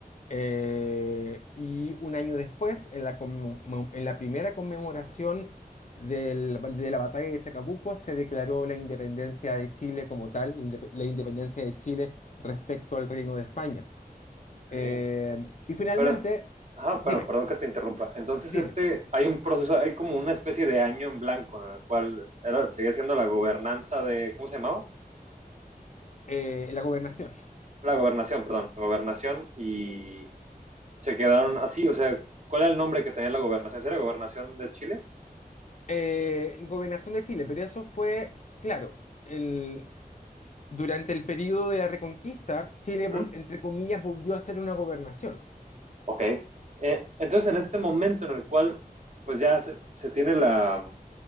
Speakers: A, on the left; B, on the right.
A: eh, y un año después, en la, conmemo- en la primera conmemoración del- de la batalla de Chacabuco, se declaró la independencia de Chile como tal, la indepe- la independencia de Chile respecto al Reino de España.
B: ok.
A: Eh, y finalmente,
B: Pero, ajá,
A: dime,
B: pero perdón que te interrumpa. Entonces,
A: dime,
B: este, hay un proceso, hay como una especie de año en blanco en el cual era, seguía siendo la gobernanza de, ¿cómo se llamaba?
A: eh, la gobernación.
B: La gobernación, perdón, gobernación y se quedaron así, o sea, ¿cuál era el nombre que tenía la gobernación? ¿Sí ¿Era gobernación de Chile?
A: eh, gobernación de Chile, pero eso fue, claro, el, durante el periodo de la Reconquista, Chile,
B: Uh
A: vol-
B: -huh.
A: entre comillas, volvió a ser una gobernación.
B: Ok. Eh, entonces, en este momento en el cual, pues ya se, se tiene la,